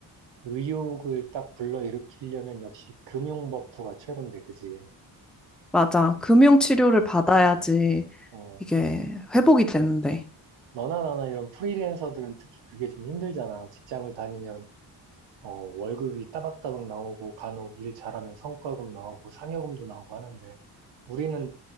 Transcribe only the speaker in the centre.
맞아. 금융치료를 받아야지
이게 회복이 되는데.